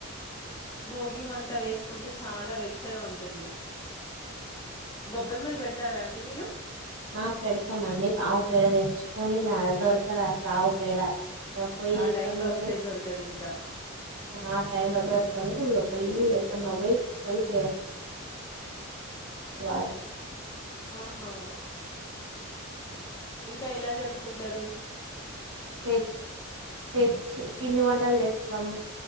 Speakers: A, on the left; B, on the right.
A: భోగి మంట వేసుకుంటే చాలా వెచ్చగా ఉంటుంది గొబ్బెమ్మలు పెడతారా అండి మీరు
B: ఆ పెడతామండి ఆవు పేడ తెచ్చుకొని ఆ దొరకదు అసలు ఆవు పేడా <unintelligible> పోయి
A: ఆ
B: ఇక్కడ
A: టైమ్ లో
B: ను
A: అసలే
B: పోయి
A: దొరకదు ఇంకా
B: ఆ టైం <unintelligible> పోయి కన్న పోయ్ పోయ్ తేవ అది
A: ఆహా ఇంకా ఎలా జరుప్ కుంటరు
B: తె తెచ్ పిండి వంటలు చేస్ తం